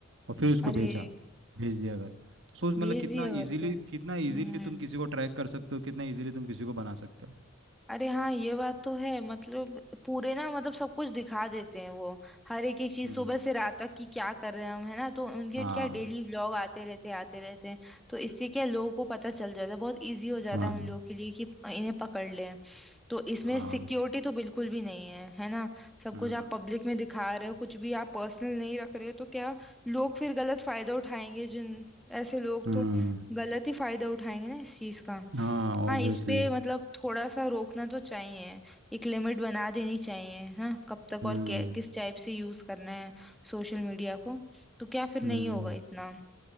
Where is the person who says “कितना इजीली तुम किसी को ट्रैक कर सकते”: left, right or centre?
Right